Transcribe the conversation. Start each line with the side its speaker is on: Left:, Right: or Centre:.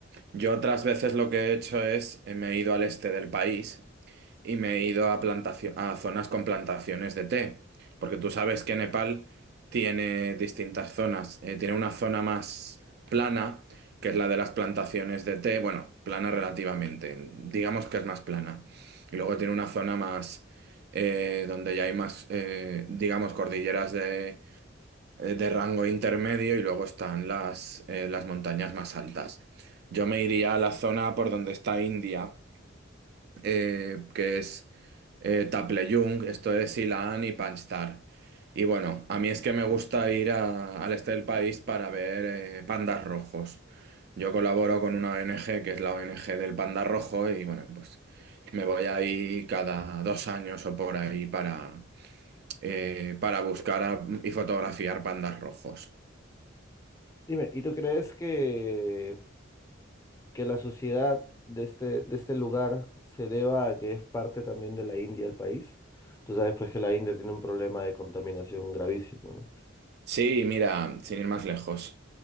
Right: yo otras veces lo que he hecho es, eh, me he ido al este del país y me he ido a plantacio- a zonas con plantaciones de té, porque tú sabes que Nepal tiene distintas zonas. Eh, tiene una zona más plana, que es la de las plantaciones de té, bueno, plana relativamente, digamos que es más plana. Y luego tiene una zona más eh, donde ya hay más, eh, digamos, cordilleras de, eh, de rango intermedio y luego están las, eh, las montañas más altas. Yo me iría a la zona por donde está India eh, que es eh, Taplejung, esto es Ilan y Panstar. Y bueno, a mí es que me gusta ir a- al este del país para ver eh, pandas rojos. Yo colaboro con una ONG que es la ONG del panda rojo y bueno, pues me voy ahí cada dos años o por ahí para, eh, para buscar a- y fotografiar pandas rojos.
Left: Dime, ¿y tú crees que, que la sociedad de este, de este lugar se deba a que es parte también de la India el país? Tú sabes pues que la India tiene un problema de contaminación gravísimo,
Right: Sí, mira, sin ir más lejos.